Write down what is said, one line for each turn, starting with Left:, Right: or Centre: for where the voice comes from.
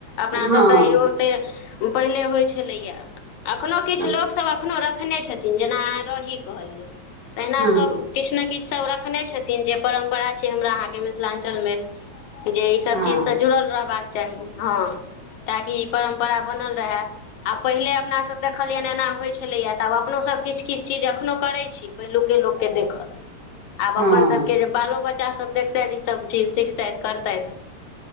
Left: अपनासभ
Right: हँ
Left: तऽ यो ते पहिले होइत छलैया। अखनो किछु
Right: हँ
Left: लोकसभ एखनो देखखने छथिन जेना अहाँ रही कहलियै। तहिना
Right: हँ
Left: सभ किछु ने किछु सब रखने छथि। जे परम्परा छै हमरा अहाँके मिथिलाञ्चल मे। जे ई सब
Right: हँ
Left: चीज से जुड़ल रहबाका चाही हँ ताकि ई परम्परा बनल रहए आब पहिले अपनासभ देखलियनि एना होइ छलैए तऽ आब अपनोसभ किछु किछु चीज एखनहु करै छी पहिलुके लोककेँ देखल आब
Right: हँ
Left: अपन सब बालो बच्चा सब देखतै ई सब चीज सिखतै करताे।